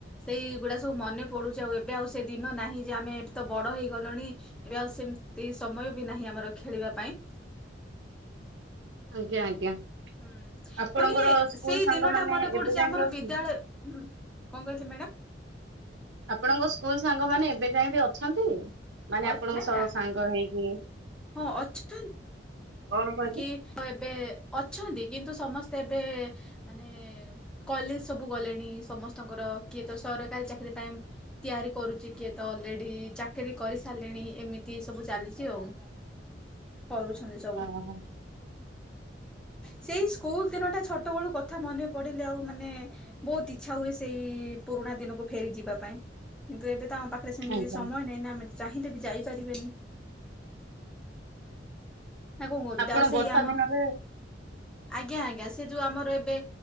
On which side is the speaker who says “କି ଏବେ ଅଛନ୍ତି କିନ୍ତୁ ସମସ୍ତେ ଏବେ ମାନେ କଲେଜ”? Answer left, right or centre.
Centre